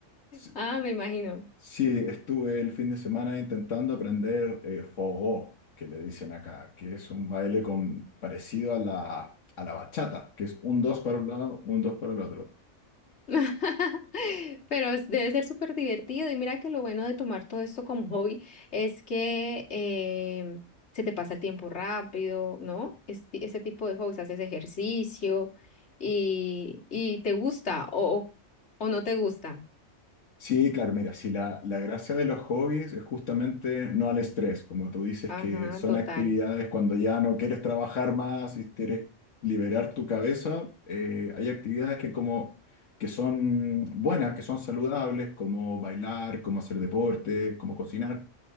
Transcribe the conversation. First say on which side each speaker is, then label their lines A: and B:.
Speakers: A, on the left (about 85°); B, on the left (about 65°).
A: Sí,
B: Ah, me imagino.
A: sí, estuve el fin de semana intentando aprender eh, forró, que le dicen acá, que es un baile con, parecido a la, a la bachata, que es un dos para un lado, un dos para el otro.
B: <laughs> Pero es- debe ser súper divertido y mira que lo bueno de tomar todo esto como hobby es que em, se te pasa el tiempo rápido, ¿no? Es- ese tipo de hobbies, haces ejercicio y, y te gusta o, o, o no te gusta.
A: Sí, claro, mira, si la, la gracia de los hobbies es justamente no al estrés, como tú dices,
B: Ajá,
A: que son
B: total.
A: actividades cuando ya no quieres trabajar más y quieres liberar tu cabeza, eh, hay actividades que como que son buenas, que son saludables, como bailar, como hacer deporte, como cocinar,